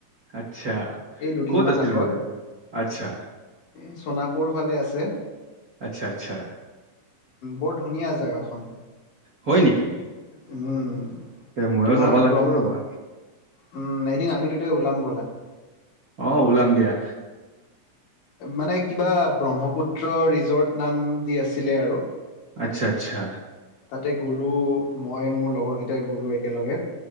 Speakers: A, on the right; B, on the left.
A: আচ্ছা
B: এই দুদিনমান
A: ক'ত আছিল
B: আগত
A: ৰজাটো আচ্ছা
B: এই সোণাপুৰ ফালে আছে।
A: আচ্ছা আচ্ছা
B: বৰ ধুনীয়া জেগাখন
A: হয় নেকি
B: উম
A: এ ময়ো
B: তোমাৰ
A: যাব লাগিব
B: ব্ৰহ্ম
A: ৰ'বা।
B: উম এদিন আমি দুটাই উলাম ব'লা
A: অ উলাম দিয়া
B: মানে কিবা ব্ৰহ্মপুত্ৰ ৰিজৰ্ট নাম দি আছিলে আৰু
A: আচ্ছা আচ্ছা
B: তাতে গ'লোঁ মই মোৰ লগৰকেইটাই গ'লোঁ একেলগে